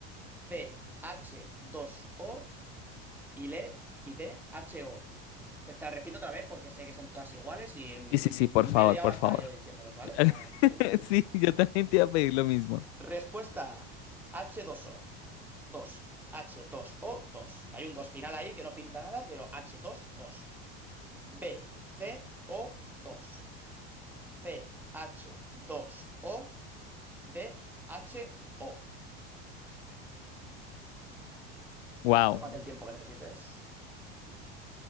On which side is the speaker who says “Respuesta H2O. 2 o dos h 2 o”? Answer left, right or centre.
Centre